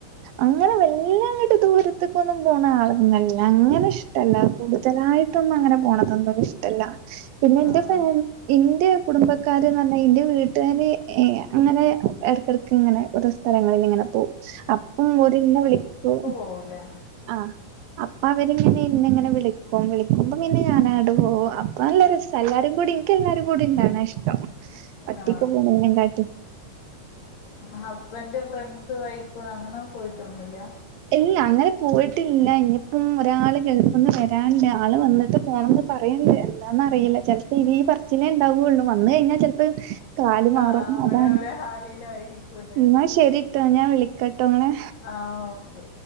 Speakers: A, on the right; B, on the left.
A: അങ്ങനെ വല്ലാംങ്ങട്ട് ദൂരത്തേക്കൊന്നും പോണ ആളല്ല അങ്ങനെ ഇഷ്ടല്ല കൂടുതലായിട്ടൊന്നും അങ്ങനെ പോണതന്നും ഇഷ്ല്ല പിന്നെ
B: ആ
A: ന്റെ ഫമി
B: ആ
A: ന്റെ കുടുംബക്കാര്ന്ന് പറഞ്ഞ ന്റെ വീട്ട് - ട്ടാര് അങ്ങനെ ഇടക്കിടക്ക്ങ്ങനെ ഓരോ സ്ഥലങ്ങളില് ങ്ങനെപോവും അപ്പം ഓര് ന്നേ വിളിക്കും
B: പോവൂലെ
A: ആഹ് അപ്പൊ അവരിങ്ങനെ ന്നെങ്ങനെ വിളിക്കും വിളിക്കുമ്പ പിന്നെ ഞാനാങ്ങട്ട് പോവും അപ്പ നല്ല രസ എല്ലാരും കൂടി ന്ക്ക് എല്ലാരും കൂടി ഇണ്ടാണ ഇഷ്ടം ഒറ്റക്ക്
B: ആ
A: പോവുണേകാട്ടീലും
B: ഹസ്ബന്ഡ് ഫ്രണ്ട്സ് വൈഫ് അങ്ങനെ പോയിട്ടോന്നൂല്യ
A: ഇല്ല അങ്ങനെ പോയിട്ടില്ല ഇഞ്പ്പം ഒരാള് ഗൾഫ്ന്ന് വരാണ്ട് ആള് വന്നിട്ട് പോണം ന്ന് പറയണ്ട് എന്താന്നറിയില്ല ചെലപ്പനി ഈ പറച്ചിലേ ണ്ടാവുള്ളൂ വന്ന് കഴിഞ്ഞാൽ ചെൽപ്പോ ത് കാല് മാറും
B: ആ അവരവരെ
A: അതാണ്
B: ഹാലിലായിരിക്കൂലേ
A: ന്നാ ശരി ട്ടോ ഞാൻ വിളിക്കട്ടോ ങ്ങളെ
B: ആ ഓക്കെ